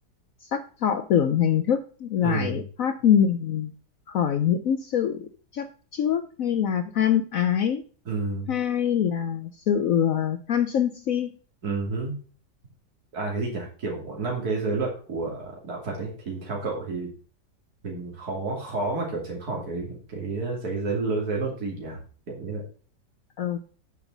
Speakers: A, on the left (about 65°); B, on the right (about 60°).
A: sắc thọ tưởng hành thức, giải
B: ừ
A: thoát mình khỏi những sự chấp trước hay là tham ái,
B: ừ
A: hay là sự ờ, tham sân si.
B: ừ hứ. À cái gì nhỉ? Kiểu năm cái giới luật của đạo Phật ấy thì theo cậu thì mình khó khó mà kiểu tránh khỏi cái cái giới giới giới luật gì nhỉ? Kiểu như vậy.
A: Ờ,